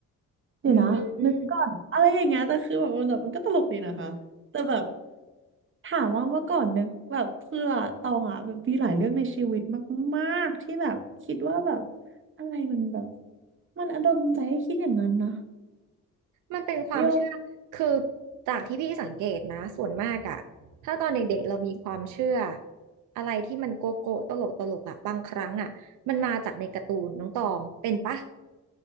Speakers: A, on the right; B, on the right.
A: เดี๋ยวนะนึกก่อนอะไรอย่างเงี้ยแต่คือแบบมันแบบมันก็ตลกดีนะคะ
B: อืม
A: แต่แบบถามว่าเมื่อก่อนนึกแบบเพื่อตองอ่ะแบบมีหลายเรื่องในชีวิตมากๆที่แบบคิดว่าแบบอะไรมันแบบมันอดลใจให้คิดอย่างนั้นนะ
B: มันเป็นความเชื่อคือ
A: โย
B: จากที่พี่สังเกตนะส่วนมากอะถ้าตอนเด็กๆเรามีความเชื่ออะไรที่มันโกโก้ตลกตลกอะบางครั้งอะมันมาจากในการ์ตูนน้องตองเป็นปะ